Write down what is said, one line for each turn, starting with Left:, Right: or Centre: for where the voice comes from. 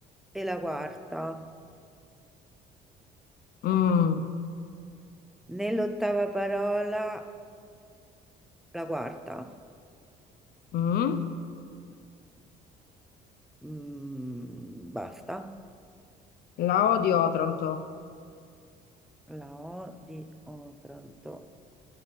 Centre: e la quarta.
Left: Mm.
Centre: Nell'ottava parola, la quarta.
Left: Mm.
Centre: Mm, basta.
Left: La O di Otranto.
Centre: La O di Otranto.